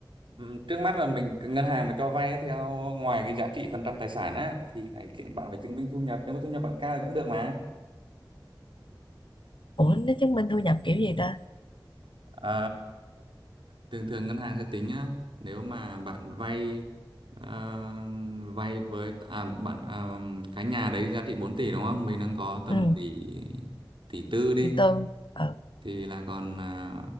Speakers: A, on the right; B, on the left.
A: ừm, trước mắt là mình ngân hàng mà cho vay á, theo ngoài cái giá trị phần trăm tài sản á thì phải chứng- bạn phải chứng minh thu nhập nếu mà thu nhập bạn cao thì vẫn được mà
B: ủa nó chứng minh thu nhập kiểu gì ta
A: À, thường thường ngân hàng sẽ tính á nếu mà bạn vay à, vay với à, bạn à, cái nhà đấy giá trị 4 tỷ đúng không mình đang có tầm
B: ừ.
A: tỷ tỷ tư đi
B: tỷ tư ờ
A: thì là còn à,